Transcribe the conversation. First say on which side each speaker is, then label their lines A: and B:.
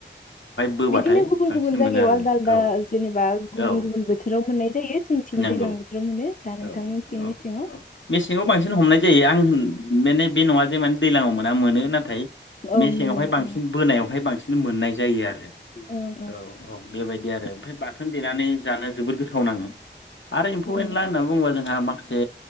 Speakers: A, on the left (about 85°); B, on the left (about 45°).
A: बोबाथाय
B: बिदिनो गुबुन
A: बांसिन
B: गुबुन
A: मोनो
B: जायगायाव
A: आरो
B: आलदा आलदा
A: औ
B: जेनेबा गुबुन
A: औ
B: गुबुन बोथोराव मोननाय जायो। जोंथिं
A: नंगौ
B: दैलां बोथोराव मोनो दा नोंथांमोनथिं
A: औ औ
B: मेसेङाव
A: औ मेसेंङाव बांसिन हमनाय जायो आं माने बे नङा जे माने दैलाङाव मोना मोनो नाथाय
B: औ
A: मेसेङावहाय
B: मोनो
A: बांसिन
B: ओं
A: बोनायावहाय बांसिन मोननाय जायो आरो।
B: ओं ओं
A: औ औ बेबायदि आरो ओमफाय बाथोन देनानै जानो जोबोद गोथाव नाङो। आरो एम्फौ
B: उम
A: एनला होनना बुङोबा जोंहा मा खासे